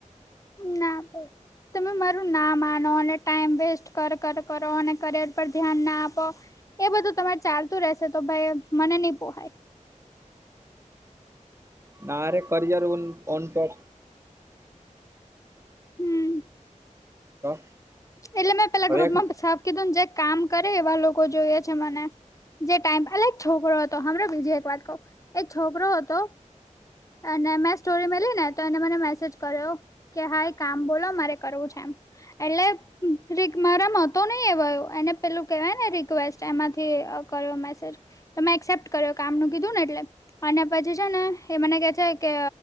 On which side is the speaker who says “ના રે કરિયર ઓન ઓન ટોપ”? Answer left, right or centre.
Right